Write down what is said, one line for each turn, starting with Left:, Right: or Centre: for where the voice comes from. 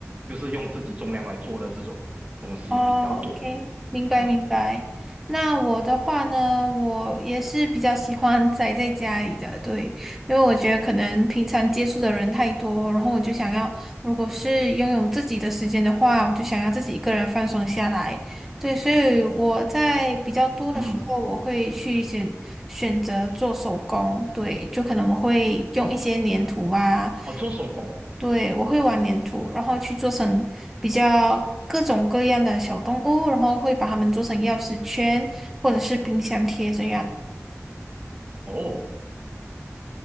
Right: 就是用自己重量来做的这种东西比较多，
Centre: 哦，OK，明白明白。
Right: 嗯
Centre: 那我的话呢，我也是比较喜欢宅在家里的，对，因为我觉得可能平常接触的人太多，然后我就想要，如果是拥有自己的时间的话，我就想要自己一个人放松下来。对，所以我在比较多的时候，
Right: 嗯，
Centre: 我会去选选择做手工，对，就可能我会用一些粘土啊。
Right: 哦，做手工，
Centre: 对，我会玩粘土，然后去做成比较各种各样的小动物，然后会把它们做成钥匙圈或者是冰箱贴这样。
Right: 哦，